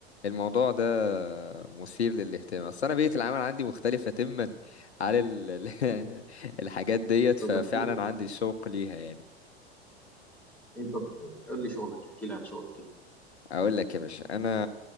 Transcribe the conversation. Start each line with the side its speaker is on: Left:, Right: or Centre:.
Left: الموضوع ده مثير للاهتمام اصل انا بيئة العمل عندي مختلفة تماما على ال- <laughs> الحاجات ديت
Centre: طب
Left: ففعلا
Centre: احكي لي
Left: عندي شوق ليها يعني
Centre: انت قول لي شغلك احكي لي عن شغلك كده
Left: اقول لك يا باشا انا